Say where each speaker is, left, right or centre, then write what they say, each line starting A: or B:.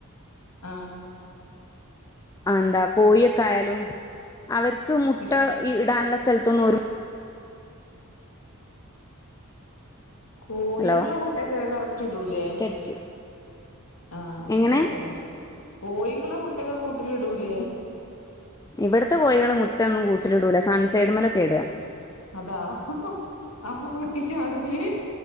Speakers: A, on the left; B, on the left.
A: ആ.
B: എന്താ കോഴിയൊക്കെ ആയാലും അവർക്ക് മുട്ട
A: ഇഷ്
B: ഇടാനുള്ള സ്ഥലത്തൊന്നും ഒരു
A: കോഴികൾ
B: ഹലോ
A: മുട്ടക്കെ കറക്റ്റ് ഇടൂല്ലേ?
B: <unintelligible>
A: ആ, അത്
B: എങ്ങനെ
A: കൊഴപ്പില്ല. കോഴികൾ മുട്ടക്കെ കൂട്ടില് ഇടൂലേ.
B: ഇവിടത്തെ കോഴികൾ മുട്ട ഒന്നും കൂട്ടിലിടൂല. സൺസൈഡ് മലൊക്കെ ഇടുക.
A: അതാ അപ്പൊ പൊട്ടിച്ചാടുലെ.